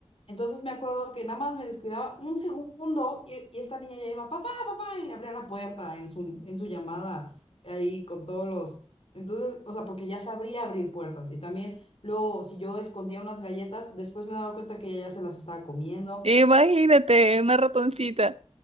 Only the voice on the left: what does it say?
Entonces me acuerdo que nada más me descuidaba un segundo y, y esta niña ya iba, papá, papá, y le abría la puerta en su, en su llamada ahí con todos los... Entonces, o sea, porque ya sabría abrir puertas y también luego si yo escondía unas galletas, después me daba cuenta que ella ya se las estaba comiendo.